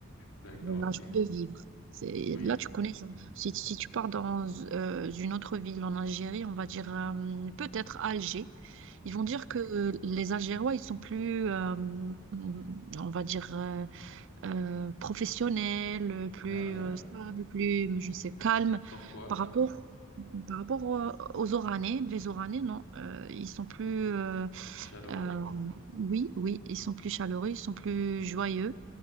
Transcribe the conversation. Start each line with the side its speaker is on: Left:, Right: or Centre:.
Left: D'accord,
Right: Genre, La
Left: ok.
Right: joie de vivre. C'est-
Left: Oui.
Right: Là, tu connais. Si, si tu pars dans euh, une autre ville en Algérie, on va dire euh, peut-être Alger,
Left: Mhm.
Right: ils vont dire que les Algérois, ils sont plus, euh, on va dire, euh, euh, professionnels, plus
Left: Ah oui?
Right: euh, stables, plus, je sais, calmes
Left: Pourquoi?
Right: par rapport. Par rapport aux aux Oranais, les Oranais, non, euh, ils sont plus, euh,
Left: Chaleureux?
Right: euh, oui, oui, ils sont plus chaleureux, ils sont plus joyeux.